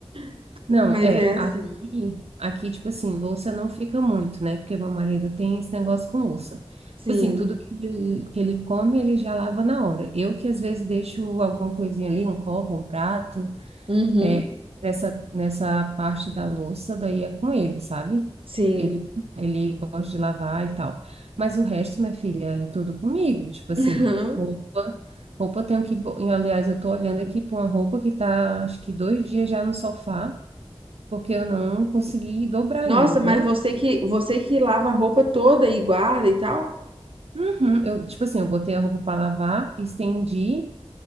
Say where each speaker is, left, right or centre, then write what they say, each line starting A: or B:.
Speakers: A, on the right; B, on the right.
A: <laughs>
B: Não,
A: Mas
B: é,
A: é assim.
B: aqui, aqui, tipo assim, louça não fica muito, né? Porque meu marido tem esse negócio com louça.
A: Sim.
B: Tipo assim, tudo que ele, que ele come, ele já lava na hora. Eu que às vezes deixo alguma coisinha ali, um copo, um prato,
A: Uhum.
B: é, nessa, nessa parte da louça, daí é com ele, sabe?
A: Sim.
B: Ele, ele gosta de lavar e tal. Mas o resto, minha filha, é tudo comigo. Tipo assim,
A: <laughs> Uhum.
B: roupa, roupa eu tenho que. bo- Aliás, eu tô olhando aqui pra uma roupa que tá, acho que dois dias já no sofá porque eu não consegui dobrar
A: Nossa,
B: ainda, entendeu?
A: mas você que você que lava a roupa toda e guarda e tal?
B: Uhum. Eu, tipo assim, eu botei a roupa para lavar, estendi